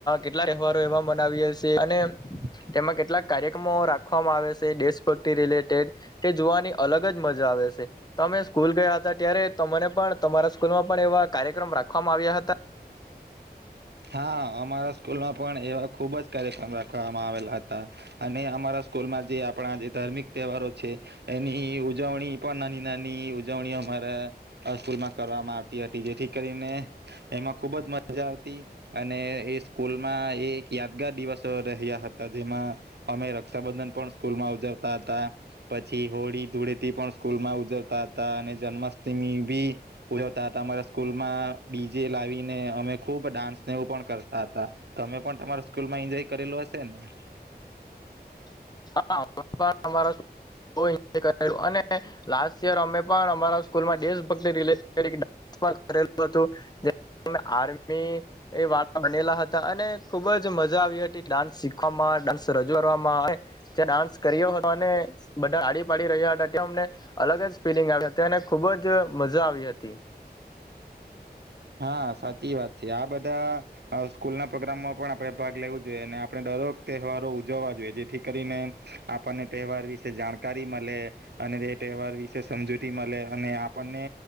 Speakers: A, on the left; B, on the right.
A: કેટલા તહેવારો એવા મનાવીએ છીએ અને
B: <inaudible>
A: તેમાં કેટલા કાર્ય ક્રમો રાખવામાં આવે છે દેશભક્તિ <unintelligible> કે જોવાની અલગ જ મજા આવે છે ત અમે સ્કૂલ ગયા હતા ત્યારે તને પણ તમારા સ્કૂલમાં પણ એવા કાર્યક્રમ રાખવામાં આવ્યા હતા
B: હા અમારા સ્કૂલમાં પણ એવા ખૂબ જ કાર્યક્રમ રાખવામાં આવેલા હતા અને અમારા સ્કૂલમાં જે આપણા જે ધાર્મિક તહેવારો છે એની ઉજવણી પણ નાની નાની ઉજવણી અમારા સ્કૂલમાં કરવામાં આવતી હતી જેથી કરીને એમાં ખૂબ જ મજા આવતી અને એ સ્કૂલમાં એ એક યાદગાર દિવસ રહ્યા હતા જેમાં અમે રક્ષાબંધન પણ સ્કૂલ માં ઉજવતા હતા પછી હોળી ધૂળેથી પણ સ્કૂલ માં ઉજવતા હતા અને જન્માષ્ટમી ભી ઉજવતા હતા અમારા સ્કૂલમાં ડી જે લાવીને અમે ખુબ ડાન્સ ને એવું પણ કરતા હતા તમે પણ તમારા સ્કૂલમાં એન્જોય કરેલું હશે ને
A: <inaudible> ત્યા ડાન્સ કર્યો હતો અને બધા ટાડી પાડી રહ્યા હતા ત્યાં અમને અલગ જ ફિલિંગ આવ હતી અને ખુબ જ મજા આવી હતી
B: હા સાચી વાત છે આ બધા સ્કૂલ ના પ્રોગ્રામમાં પણ આપણે ભાગ લેવું જોઈએ અને આપણે દરોક તહેવારો ઉજવવા જોઈએ જેથી કરીને આપણને તહેવાર વિશે જાણકારી મળે અને તે તહેવાર વિશે સમજૂતી મળે અને આપણને